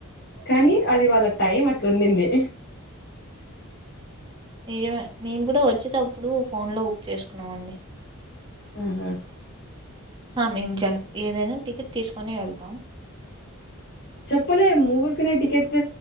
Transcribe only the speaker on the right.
మీరేమ మేము కూడా వచ్చేటప్పుడు ఫోన్ లో బుక్ చేసుకున్నామండి
మేము జన్ ఏదైనా టికెట్ తీసుకుొని వెళ్తాం